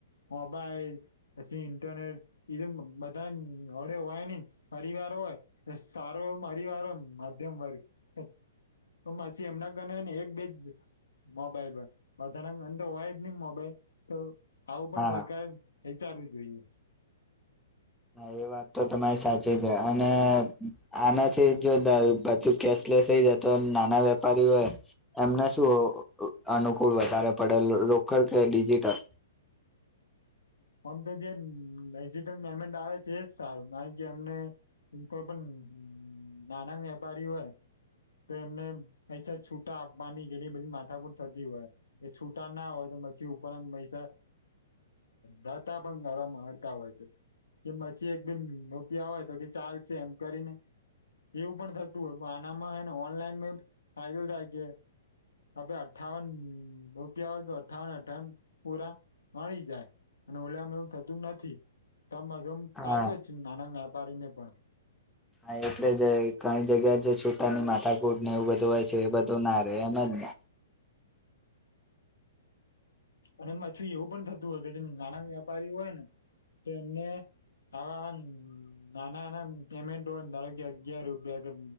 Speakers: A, on the left (about 90°); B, in the centre.
A: મોબાઈલ પછી ઇન્ટરનેટ ધું બધા હોડે હોય નને પરિવાર સ હોય સારોય મારી વારમ મધ્યમ વર્ગ હ પછી એમના ઘરનેને એક બેજ મોબાઈલ બધાના એ તો હોય જ નહી મોબાઈલ તો આવું પણ
B: હા
A: સરકાર વિચારવું જોઈએ
B: હા એ વાત તો તમારી સાચી છે અને આનાથી જો બધું કેશલેસ થઈ જ તો નાના વેપારી હોય એમને શું અનુકૂળ વધારે પડેલ રોકડ કે ડિજિટલ
A: <unintelligible> આમ તો જેજ પેમેન્ટ આવે છે એજ સાલ કારણ કે એમને ત કોઈ પણ નાના વેપારી હોય તો એમને પૈસા છૂટા આપવાની કેલી બધી માથાકુર થતી હોય એ છૂટા ના હોય તો પછી ઉપરના પૈસા દાતા પણરા મારતા હોય છે કે પછી એક બેન રૂપિયા હોય તો કે ચાલશે એમ કરીને એવું પણ થતું હોય આનામાંને ઓનલાઈન ફાયદો થાય કે આપે અઠાવન રૂપિયા હોય તો અઠાવન અઠાવન પૂરા મળી જાય અને ઓલેમ એવું થતું નથી તોમધોમ
B: હા
A: ફાયદો જ છે નાના વેપારીને પણ
B: હા એટલે જે ઘણી જગ્યા જે છૂટાની માથાકૂટ ને એવું બધું હોય છે એ બધું ના રહેે એમ જ
A: <unintelligible>
B: ને
A: અને પાછીું એવું પણ થતું હોય કે જેમ નાના વેપારી હોય ને તો એમને અ નાનાના પેમેન્ટ દળગ અગિયાર રૂપિયા